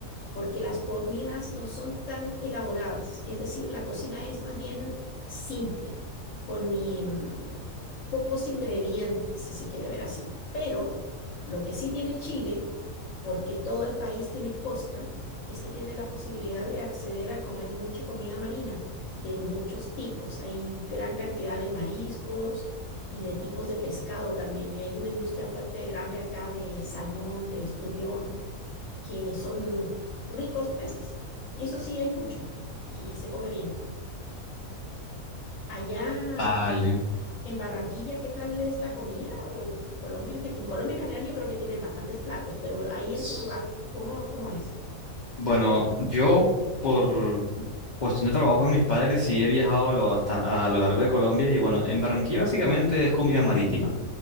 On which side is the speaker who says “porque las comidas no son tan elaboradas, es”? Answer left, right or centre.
Left